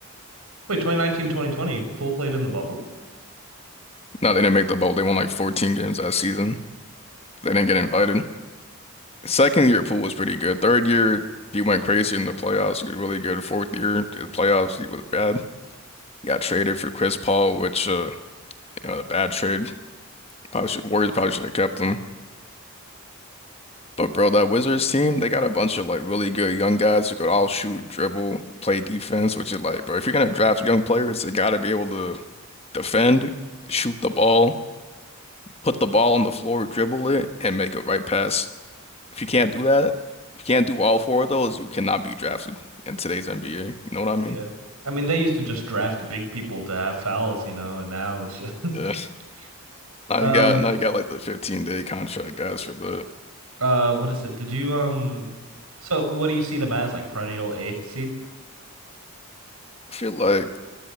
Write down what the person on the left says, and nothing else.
No, they didn't make the bowl. They won like 14 games that season. They didn't get invited. Second year pool was pretty good. Third year, he went crazy in the playoffs. He was really good. Fourth year, the playoffs, he was bad. He got traded for Chris Paul, which uh, you know, a bad trade. Probably should, Warriors probably should have kept him. But bro, that Wizards team, they got a bunch of like really good young guys who could all shoot, dribble, play defense, which is like, bro, if you're gonna draft young players, they gotta be able to defend, shoot the ball, put the ball on the floor, dribble it, and make a right pass. If you can't do that, if you can't do all four of those, you cannot be drafted in today's NBA. You know what I mean?
Yeah.
Now
you got now you got like the 15 day contract guys for the.
I feel like